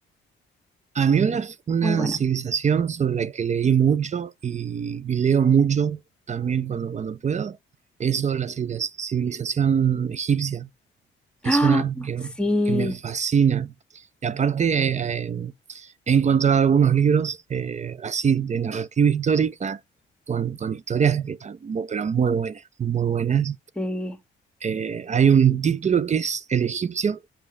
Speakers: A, on the right; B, in the centre.
A: A mí una, una
B: muy bueno.
A: civilización sobre la que leí mucho y, y leo mucho también cuando, cuando puedo, es sobre la civiliz- civilización egipcia. es
B: ¡Ah!
A: una que,
B: Sí,
A: que me fascina. Y aparte, eh, eh, he encontrado algunos libros eh, así de narrativa histórica con, con historias que están, mu- pero muy buenas, muy buenas.
B: sí.
A: Eh, hay un título que es El egipcio,